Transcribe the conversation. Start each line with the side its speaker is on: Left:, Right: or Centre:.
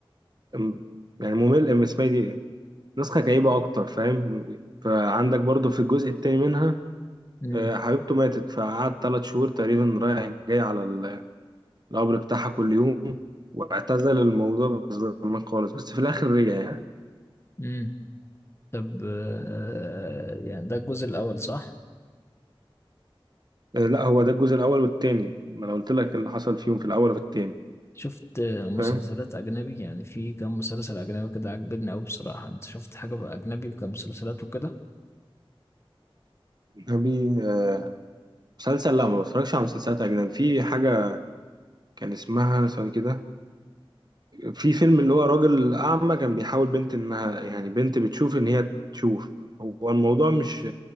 Right: أم- يعني ممل ام اسمها دي إيه؟ نسخه كئيبه اكتر فاهم فعندك برضو في الجزء التاني منها
Left: امم
Right: آه، حبيبته ماتت فقعد ثلاث شهور تقريبا رايح جاي على القبر بتاعها كل يوم واعتزل الموضوع زمان خالص بس في الآخر رجع يعني
Left: امم طب آه، يعني ده الجزء الأول صح
Right: آه، لا هو ده الجزء الأول والتاني ما أنا قلت لك اللي حصل فيهم في الأول وفي التاني
Left: شفت آه، مسلسلات
Right: فاهم
Left: أجنبي يعني في كام مسلسل أجنبي كده عجبني أوي بصراحة أنت شفت حاجة بقى أجنبي وكام مسلسلات وكده
Right: أبي آه، مسلسل لا ما بتفرجش على مسلسلات أجنبي في حاجة كان اسمها ثواني كده في فيلم اللي هو راجل أعمى كان بيحاول بنت إنها يعني بنت بتشوف إن هي تشوف هو الموضوع مش